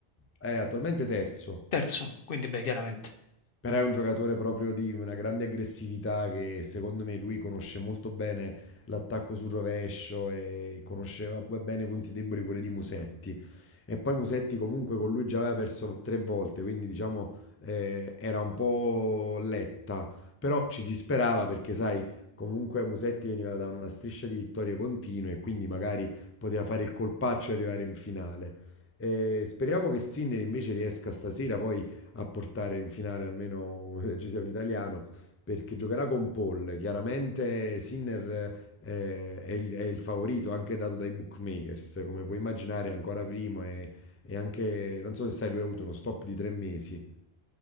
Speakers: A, on the left; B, on the left.
A: è attualmente terzo,
B: terzo, quindi beh, chiaramente.
A: però è un giocatore proprio di una grande aggressività che secondo me lui conosce molto bene l'attacco sul rovescio e conosceva pure bene i punti deboli pure di Musetti. E poi Musetti comunque con lui già aveva perso tre volte, quindi diciamo eh, era un po' letta, però ci si sperava perché sai, comunque Musetti veniva da una striscia di vittorie continue e quindi magari poteva fare il colpaccio e arrivare in finale. Eh, speriamo che Sinner invece riesca stasera poi a portare in finale almeno eh, ci sia un italiano, perché giocherà con Paul. Chiaramente Sinner eh, è il, è il favorito, anche dato dai bookmakers, come puoi immaginare, è ancora primo e, e anche, non so se sai, lui ha avuto uno stop di tre mesi.